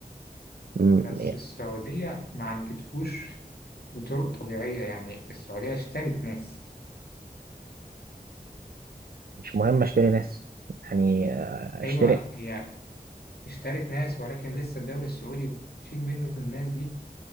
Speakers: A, on the right; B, on the left.
A: مم،
B: بس
A: يعني
B: السعوديه ما عالجتهوش بطرق طبيعيه يعني السعوديه اشترت ناس
A: مش مهم اشتري ناس يعني آه، اشتري
B: ايوه هي اشترت ناس ولكن لسه الدوري السعودي شيل منه الناس دي